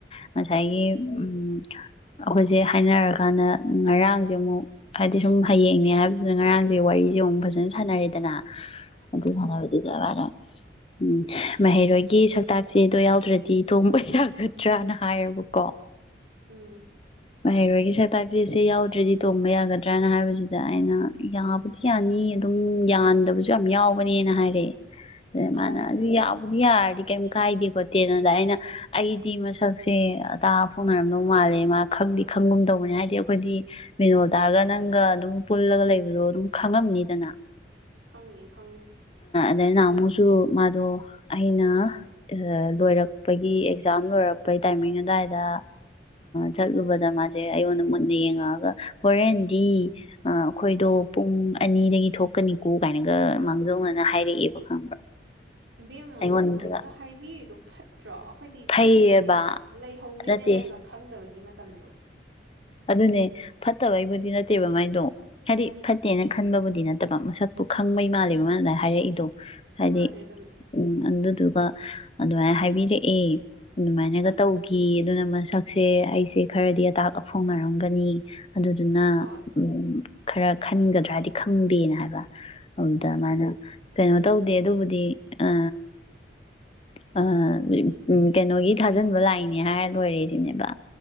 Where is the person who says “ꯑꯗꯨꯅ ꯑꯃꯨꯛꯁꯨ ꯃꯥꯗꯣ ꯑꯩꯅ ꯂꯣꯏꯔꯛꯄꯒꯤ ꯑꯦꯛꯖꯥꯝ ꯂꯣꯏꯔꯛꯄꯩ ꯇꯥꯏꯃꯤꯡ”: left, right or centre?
Left